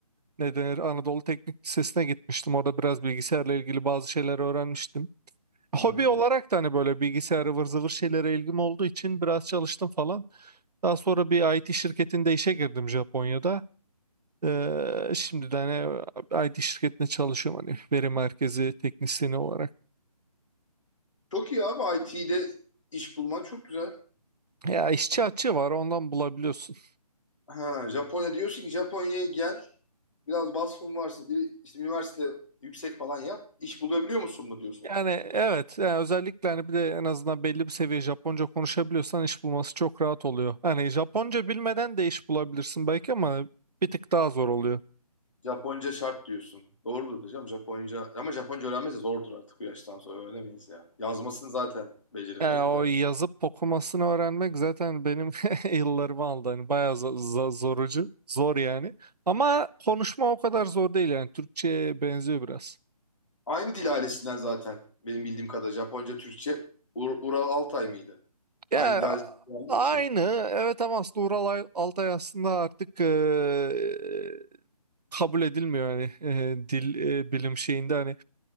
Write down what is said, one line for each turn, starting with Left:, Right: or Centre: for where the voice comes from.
Right: ne denir Anadolu Teknik Lisesi'ne gitmiştim. Orada biraz bilgisayarla ilgili bazı şeyler öğrenmiştim.
Left: hı.
Right: Hobi olarak da hani böyle bilgisayar ıvır zıvır şeylere ilgim olduğu için biraz çalıştım falan. Daha sonra bir IT şirketinde işe girdim Japonya'da. Ee, şimdi de hani IT şirketinde çalışıyorum hani veri merkezi teknisyeni olarak.
Left: Çok iyi abi IT'de iş bulman çok güzel.
Right: Ya işçi açığı var ondan bulabiliyorsun.
Left: Ha, Japonya diyorsun ki Japonya'ya gel. Biraz vasfın varsa bir işte üniversite yüksek falan yap. İş bulabiliyor musun mu diyorsun?
Right: Yani evet yani özellikle hani bir de en azından belli bir seviye Japonca konuşabiliyorsan iş bulması çok rahat oluyor. Hani Japonca bilmeden de iş bulabilirsin belki ama bir tık daha zor oluyor.
Left: Japonca şart diyorsun. Doğrudur hocam Japonca. Ama Japonca öğrenmesi zordur artık bu yaştan sonra. Öğrenemeyiz ya. Yazmasını zaten beceremeyiz
Right: Ya o
Left: de.
Right: yazıp okumasını öğrenmek zaten benim <laughs> yıllarımı aldı. Hani bayağı zo- zo- zorucu, zor yani. Ama konuşma o kadar zor değil yani. Türkçe'ye benziyor biraz.
Left: Aynı dil ailesinden zaten. Benim bildiğim kadar Japonca, Türkçe Ur- Ural Altay mıydı?
Right: Ya
Left: Aynı dil ailesinden geldiği
Right: aynı
Left: için.
Right: evet ama aslında Ural Ay- Altay aslında artık eee, kabul edilmiyor hani eee, dil eee, bilim şeyinde hani